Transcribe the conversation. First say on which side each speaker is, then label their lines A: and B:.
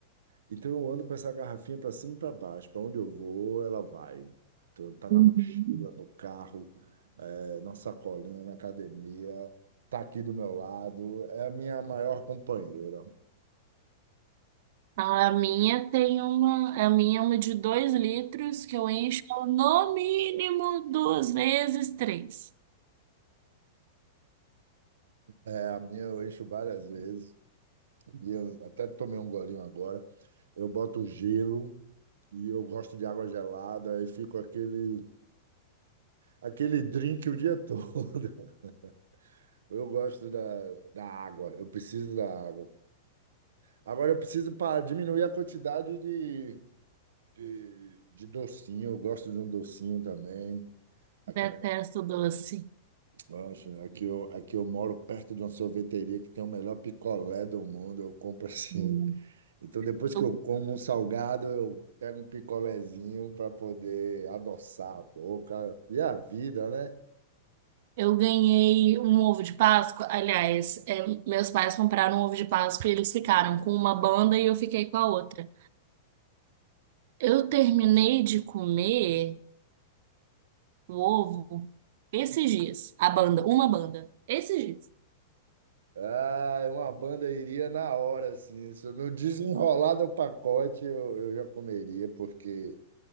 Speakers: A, on the right; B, on the right.
A: Então eu ando com essa garrafinha para cima e para baixo. Para onde eu vou, ela vai. Então, tá na
B: Uhum.
A: mochila, no carro, eh, na sacolinha, na academia, tá aqui do meu lado. É a minha maior companheira.
B: A minha tem uma, a minha é uma de 2 litros que eu encho no mínimo duas vezes três.
A: É a minha, eu encho várias vezes. E eu até tomei um golinho agora. Eu boto gelo e eu gosto de água gelada e fico aquele, aquele drink o dia todo. <laughs> Eu gosto da, da água, eu preciso da água. Agora eu preciso para diminuir a quantidade de, de, de docinho. Eu gosto de um docinho também. Aqui,
B: Detesto
A: na,
B: doce.
A: Nossa, aqui, eu, aqui eu moro perto de uma sorveteria que tem o melhor picolé do mundo. Eu compro assim.
B: Hum.
A: Então, depois que
B: Eu,
A: eu como um salgado, eu pego um picolézinho para poder adoçar a boca. E a vida, né?
B: eu ganhei um ovo de Páscoa. Aliás, é, meus pais compraram um ovo de Páscoa e eles ficaram com uma banda e eu fiquei com a outra. Eu terminei de comer o ovo esses dias, a banda, uma banda, esses dias.
A: Ah, uma banda iria na hora, assim. Se eu não desenrolar do pacote, eu, eu já comeria, porque